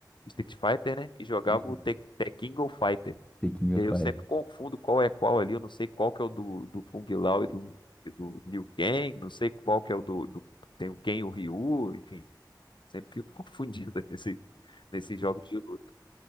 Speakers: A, on the left; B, on the left.
A: Street Fighter, né? E jogava
B: Isso,
A: o Tek- Tekken Go Fighter.
B: The King of
A: E aí eu
B: Fire.
A: sempre confundo qual é qual ali. Eu não sei qual que é o do, do Kung Lao e do, e do Liu Kang. Não sei qual que é o do, do- Tem o Ken e o Ryu. Enfim, sempre fico confundido <laughs> nesse, nesses jogos de luta.